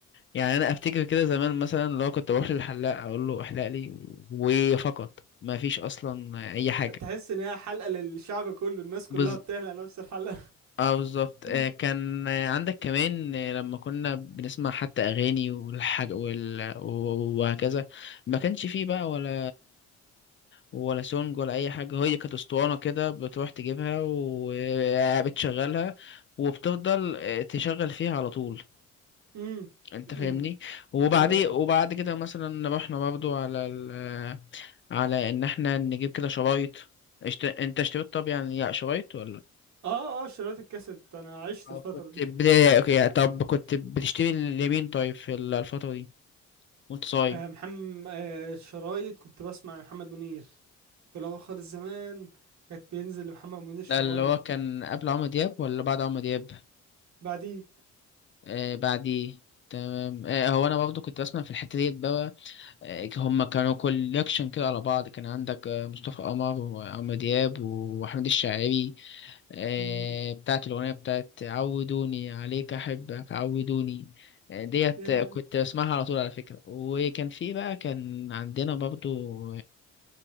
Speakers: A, on the left; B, on the right.
A: يعني انا افتكر كده زمان مثلا لو كنت بروح للحلاق اقول له احلق لي وفقط ما فيش اصلا اي حاجة
B: تحس ان هي حلقة للشعب كله الناس كلها
A: بز...
B: بتحلق نفس الحلقة
A: اه بالظبط
B: <laughs>
A: آه، كان آه، عندك كمان آه، لما كنا بنسمع حتى اغاني والحاج وال... و- وهكذا ما كانش فيه بقى ولا ولا سونج ولا اي حاجه هي كانت اسطوانه كده بتروح تجيبها وبتشغلها وبتفضل آه، تشغل فيها على طول
B: امم
A: انت فاهمني
B: امم
A: وبعدين
B: ايوه فاهم.
A: وبعد كده مثلا رحنا برضو على ال... على ان احنا نجيب كده شرايط اشت... انت اشتريت طب يعني شرايط ولا
B: اه اه شرايط الكاسيت انا عشت
A: اه
B: الفترة
A: كنت
B: دي
A: بداية اوكي طب كنت بتشتري لمين طيب في ال- الفترة دي وانت صغير
B: آه محمد آه شرايط كنت بسمع لمحمد منير في الاول خالص زمان كانت بينزل لمحمد منير شرايط
A: ده اللي هو كان قبل عمرو دياب ولا بعد عمرو دياب
B: بعدين
A: آه بعديه تمام آه هو انا برضه كنت بسمع في الحتة ديت بقى آه هما كانوا كوليكشن كده على بعض كان عندك آه مصطفى قمر وعمرو دياب واحمد الشاعري آه
B: امم
A: بتاعت الاغنية بتاعت عودوني عليك احبك عودوني آه، ديت
B: يا
A: آه، كنت بسمعها على طول على فكرة وكان في بقى كان عندنا برضو